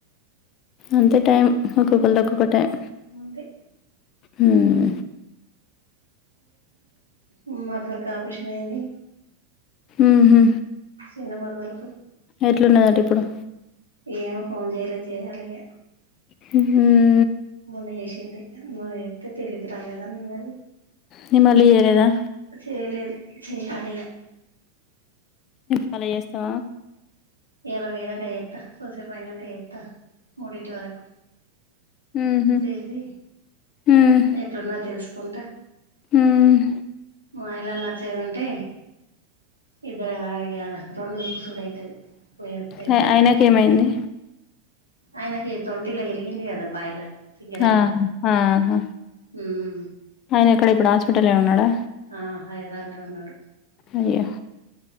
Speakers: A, on the left (about 35°); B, on the right (about 85°).
A: అంతే టైం ఒక్కొకల్ది ఒక్కొకటైం.
B: అంతే
A: హమ్
B: ఉమ్ మరదల్కి ఆపరేషన్ అయింది.
A: ఊహు
B: చిన్న మరదలకు
A: ఎట్లున్నదట ఇప్పుడు.
B: ఏమో ఫోన్ చేయలే. చేయాలిగ.
A: హ్మ
B: మొన్న చేశిందే. మా యత్త తెలివికి రాలేదన్నది.
A: నీ మళ్ళీ చేయలేదా
B: చేయలేదు చెయ్యాలిగ.
A: మల్ల చేస్తవా.
B: ఇయ్యాల పోయినంక చేత్తా. కొన్సేపైనంక చేత్తా. మూడిట్ వరకు.
A: ఉమ్హు.
B: సేసీ
A: ఉమ్.
B: ఎట్లున్నద్ తెలుసుకుంటా.
A: ఉమ్.
B: మా ఇళ్ళల్ల వచ్చేదుంటే, ఇద్దర్ ఇగా రెండు జూసుడు అయితది. పొయ్యొత్తే అయిపోతది.
A: ఆ ఆయనకేమైంది
B: అయనకీ తింటిల ఇ ఇరిగింది గదా బాయిల సింగరేణిల.
A: ఆ ఆహా
B: హమ్
A: ఆయన ఎక్కడ ఇప్పుడు హాస్పిటల్ లో ఉన్నాడా
B: ఆ హైరాల్లో ఉన్నడు.
A: అయ్యా